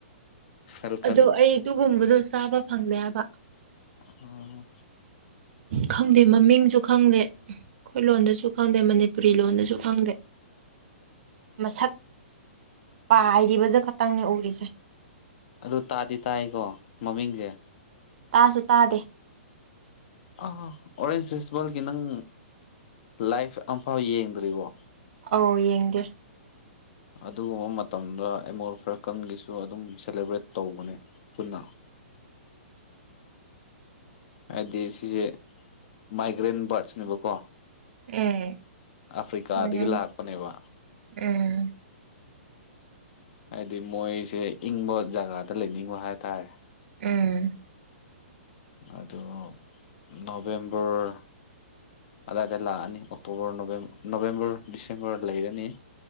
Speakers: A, on the left; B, on the right.
A: ꯐꯦꯜꯀꯟ
B: ꯑꯗꯣ ꯑꯩ ꯑꯗꯨꯒꯨꯝꯕꯗꯣ ꯆꯥꯕ ꯐꯪꯗꯦ ꯍꯥꯏꯕ
A: ꯑ
B: ꯈꯪꯗꯦ ꯃꯃꯤꯡꯁꯨ ꯈꯪꯗꯦ ꯑꯩꯈꯣꯏ ꯂꯣꯟꯗꯁꯨ ꯈꯪꯗꯦ ꯃꯅꯤꯄ ꯄꯨꯔꯤ ꯂꯣꯟꯗꯁꯨ ꯈꯪꯗꯦ ꯃꯁꯛ ꯄꯥꯏꯔꯤꯕꯗ ꯈꯛꯇꯪꯅꯦ ꯎꯔꯤꯁꯦ
A: ꯑꯗꯨ ꯇꯥꯗꯤ ꯇꯥꯏꯀꯣ ꯃꯃꯤꯡꯁꯦ
B: ꯇꯥꯁꯨ ꯇꯥꯗꯦ
A: ꯑꯥ ꯑꯣꯔꯦꯟꯖ ꯐꯦꯁꯇꯤꯚꯦꯜꯒꯤ ꯅꯪ ꯂꯥꯏꯚ ꯑꯝꯐꯥꯎ ꯌꯦꯡꯗ꯭ꯔꯤꯕꯣ
B: ꯑꯧ ꯌꯦꯡꯗꯦ
A: ꯑꯗꯨꯒꯨꯝꯕ ꯃꯇꯝꯗ ꯑꯦꯃꯣꯜ ꯐꯔꯀꯟꯒꯤꯁꯨ ꯑꯗꯨꯝ ꯁꯦꯂꯦꯕ꯭ꯔꯦꯠ ꯇꯧꯕꯅꯦ ꯆꯂ ꯍꯥꯏꯗꯤ ꯁꯤꯁꯦ ꯃꯥꯏꯒ꯭ꯔꯦꯟ ꯕꯥꯔꯠꯁꯅꯦꯕꯀꯣ
B: ꯎꯝ
A: ꯑꯐ꯭ꯔꯤꯀꯥꯗꯒꯤ
B: ꯎꯝ
A: ꯂꯥꯛꯄꯅꯦꯕ
B: ꯎꯝ
A: ꯍꯥꯏꯗꯤ ꯃꯣꯏꯁꯦ ꯏꯪꯕ ꯖꯒꯥꯗ ꯂꯩꯅꯤꯡꯕ ꯍꯥꯏꯇꯥꯔꯦ
B: ꯎꯝ
A: ꯑꯣ ꯅꯚꯦꯝꯕꯔ ꯑꯗꯥꯋꯥꯏꯗ ꯂꯥꯛꯑꯅꯤ ꯑꯣꯛꯇꯣꯕꯔ ꯅꯣꯕꯦꯝꯕꯔ ꯗꯤꯁꯦꯝꯕꯔ ꯂꯩꯔꯅꯤ